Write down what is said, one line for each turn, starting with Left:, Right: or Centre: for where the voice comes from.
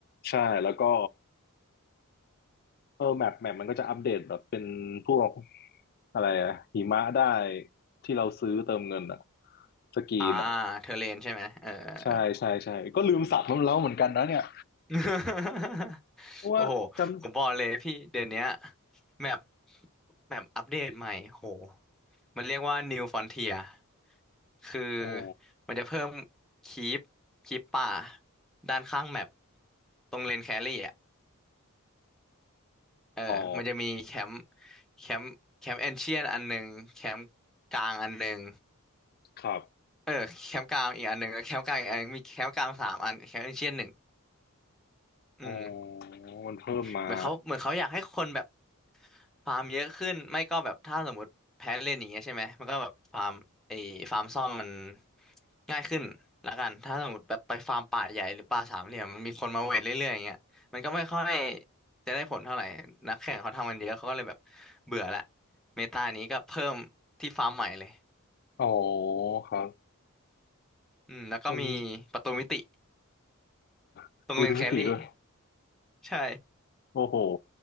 Left: ใช่แล้วก็เออแมปแมปมันก็จะอัปเดตแบบเป็นพวกอะไรอะหิมะได้ที่เราซื้อเติมเงินอะสกีนอะ
Centre: อ่าเธอเลนใช่ไหมเออเออ
Left: ใช่ใช่ใช่ก็ลืมสับมันแล้วเหมือนกันนะเนี่ย
Centre: <laughs>
Left: เพราะว่าจำ
Centre: โอ้โหผมบอกเลยพี่เดี๋ยวเนี้ยแมปแมปอัปเดตใหม่โหมันเรียกว่า New Frontier คือ
Left: โอ้
Centre: มันจะเพิ่มคีปคีปป่าด้านข้างแมปตรงเลนแครี่อ่ะเออมันจะมีแคมป์
Left: อ๋อ
Centre: แคมป์แคมป์เอนเชียนอันหนึ่งแคมป์กลางอันหนึ่ง
Left: ครับ
Centre: เออแคมป์กลางอีกอันหนึ่งแคมป์กลางอีกอันหนึ่งมีแคมป์กลางสามอันแคมป์เอนเชียนหนึ่งอืม
Left: อ๋อมันเพิ่มมา
Centre: เหมือนเขาเหมือนเขาอยากให้คนแบบฟาร์มเยอะขึ้นไม่ก็แบบถ้าสมมติแพ้เล่นอย่างเงี้ยใช่ไหมมันก็แบบฟาร์มไอ้ฟาร์มซ่อมมันง่ายขึ้นละกันถ้าสมมติแบบไปฟาร์มป่าใหญ่หรือป่าสามเหลี่ยมมันมีคนมาเวทเรื่อยๆอย่างเงี้ยมันก็ไม่ค่อยจะได้ผลเท่าไหร่นักแข่งเขาทำกันเยอะเขาก็เลยแบบเบื่อละเมตานี้ก็เพิ่มที่ฟาร์มใหม่เลย
Left: อ๋อครับ
Centre: อืมแล้วก็มีประตูมิติ
Left: ชม <laughs>
Centre: ตรงเลนแครี่
Left: ยูทูบมิติด้วย
Centre: ใช่
Left: โอ้โห